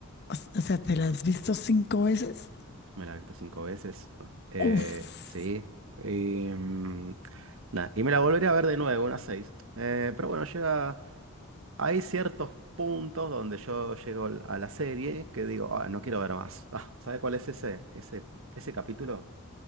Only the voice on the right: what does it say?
me la he visto cinco veces, ¿no? Eh,
sí. Y, mm, nada, y me la volveré a ver de nuevo, unas seis. Eh, pero bueno, llega, hay ciertos puntos donde yo llego a la serie que digo, ah, no quiero ver más. Ah, ¿sabes cuál es ese, ese, ese capítulo?